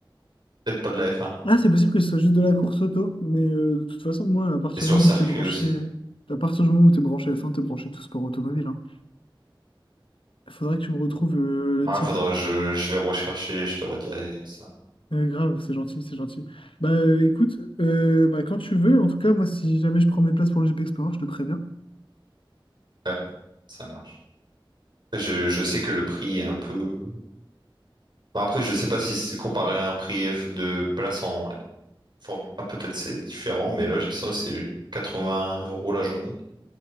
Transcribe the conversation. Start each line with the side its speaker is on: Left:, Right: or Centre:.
Right: Peut-être pas de la F1.
Left: Ah, c'est possible que ce soit juste de la course auto, mais euh, de toute façon, moi, à partir
Right: Et sur
Left: du moment
Right: circuit
Left: où t'es branché,
Right: aussi.
Left: à partir du moment où t'es branché F1, t'es branché tout sport automobile. hein. Faudrait que tu me retrouves euh, le
Right: Ouais,
Left: titre.
Right: faudra que je, je vais rechercher, je te redirai ça.
Left: Euh, grave, c'est gentil, c'est gentil. Bah euh, écoute, euh, bah, quand tu veux, en tout cas, moi, si jamais je prends mes places pour le GP Explorer, je te préviens.
Right: Ouais, ça marche. Je, je sais que le prix est un peu... Bah, après, je sais pas si c'est comparé à un prix F- de place en Formule 1, peut-être c'est différent, mais là, je sens que c'est 80 euros la journée.